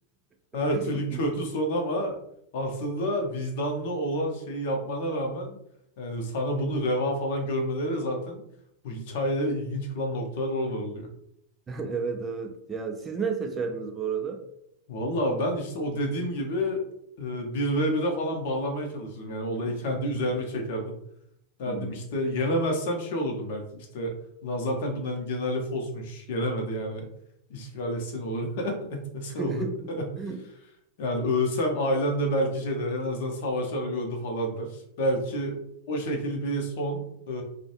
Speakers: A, on the right (about 20°); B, on the left (about 50°).
A: <laughs>
B: Her türlü kötü son ama aslında vicdanlı olan şeyi yapmana rağmen yani sana bunu reva falan görmeleri zaten bu hikayeleri ilginç kılan noktalar oralar oluyor.
A: <laughs> Evet evet. Ya siz ne seçerdiniz bu arada?
B: Valla ben işte o dediğim gibi e, bir ve bire falan bağlamaya çalışırdım. Yani olayı
A: <laughs>
B: kendi üzerime çekerdim. Derdim
A: Hmm.
B: işte yenemezsem şey olurdum belki işte lan zaten bunların generali fosmuş yenemedi yani işgal etsen olur <laughs> etmesen
A: <laughs>
B: olur. <laughs> Yani ölsem ailen de belki şey der en azından savaşarak öldü falan der. Belki o şekil bir son e, <laughs>